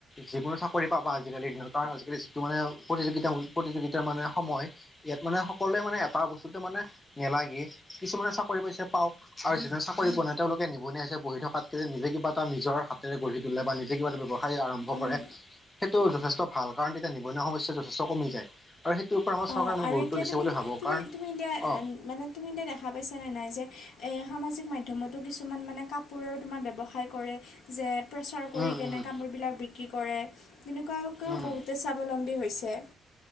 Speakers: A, on the left; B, on the left.
A: যিকোনো কৰি পাবা আজালিৰ দিনত কাৰ আজিকালি যিটো মানে প্ৰতিযোগিতা প্ৰতিযোগিতাৰ মানে সময় ইয়াত মানে সকলো সকলোতে মানে এটা বস্তুতটো মানে নালাগে কিছুমানে চাকৰি পইচা পাওঁ আৰু জোনে চাকৰি পোৱা নাই তেওঁলোকে নিবনুৱাই হৈছে বহি থকাতকৈ যে নিজে কিবা এটা নিজৰ হাতেৰে গঢ়ি তোলে বা নিজে কিবা এটা ব্যৱসায় আৰম্ভ
B: উম
A: কৰে সেইটো যথেষ্ট ভাল কাৰণ তেতিয়া নিবনুৱা সমস্যা যথেষ্ট কমি যায় আৰু সেইটোৰ ওপৰত আমাৰ চৰকাৰে
B: অহ
A: মই
B: আৰু
A: গুৰুত্ব
B: এতিয়া
A: দিছে
B: তুমি
A: বুলি ভাবো কাৰণ
B: তুমি এতিয়া
A: অ
B: মানে তুমি এতিয়া দেখা পাইছা নে নাই যে এ সামাজিক মাধ্যমতো কিছুমান মানে কাপোৰৰ তোমাৰ ব্যৱসায় কৰে যে প্ৰচাৰ কৰি
A: উম
B: কিনে
A: উম
B: কাপোৰবিলাক বিক্ৰী কৰে তেনেকুৱাকৈও
A: উম
B: বহুতে স্বাৱলম্বী হৈছে